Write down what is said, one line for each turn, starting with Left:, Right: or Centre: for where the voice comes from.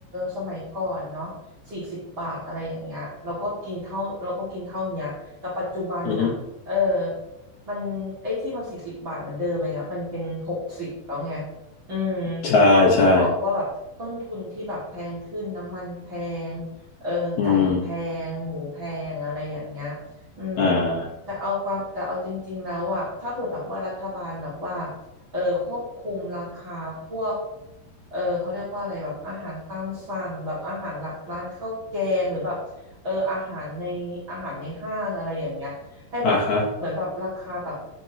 Right: สมัยก่อนเนาะสี่สิบบาทอะไรอย่างเงี้ยเราก็กินเท่าเราก็กินเท่าเนี้ยแต่ปัจจุบันน่ะเออ
Left: อือฮึ
Right: มันไอ้ที่มันสี่สิบบาทเหมือนเดิมอะไรเงี้ยมันเป็นหกสิบแล้วไงอืม
Left: ใช่ใช่
Right: เขาก็จะบอกว่าแบบต้นทุนที่แบบแพงขึ้นน้ำมันแพงเออไก่แพง
Left: อืม
Right: หมูแพงอะไรอย่างเงี้ยอืม
Left: อ่า
Right: แต่เอาความแต่เอาจริงๆแล้วอ่ะถ้าเผื่อแบบว่ารัฐบาลแบบว่า เออควบคุมราคาพวกเออเขาเรียกว่าอะไรแบบอาหารตามสั่งแบบอาหารหับร้านข้าวแกงหรือแบบเอออาหารในอาหารในห้างอะไรอย่างเงี้ยให้แบบเหมือนแบบราคาแบบ
Left: อ่าฮะ